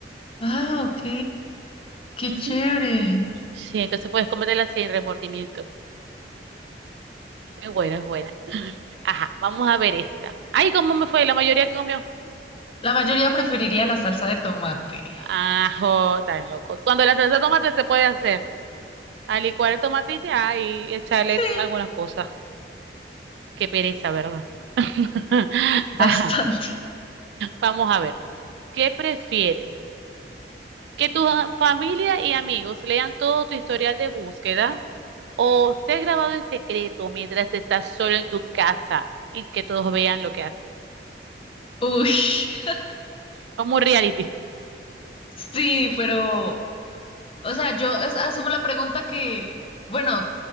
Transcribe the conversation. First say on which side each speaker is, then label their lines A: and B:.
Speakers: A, on the left; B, on the right.
A: Ah, ok, qué
B: Ujú.
A: chévere.
B: Sí, entonces puedes comértela sin remordimiento. Es buena, es buena. Ajá, vamos a ver esta. Ay, ¿cómo me fue? La mayoría que comió.
A: La mayoría preferiría la salsa de tomate.
B: Ajo, tan loco. Cuando la salsa de tomate se puede hacer, a licuar el tomate y ya y echarle
A: Sí,
B: algunas cosas. Qué pereza, ¿verdad? <laughs>
A: bastante.
B: Ajá. Vamos a ver. ¿Qué prefieres? ¿Que tu a- familia y amigos lean todo tu historial de búsqueda o ser grabado en secreto mientras estás solo en tu casa y que todos vean lo que haces?
A: Uy, <laughs>
B: Como un reality.
A: sí, pero, o sea, yo es- asumo la pregunta que, bueno,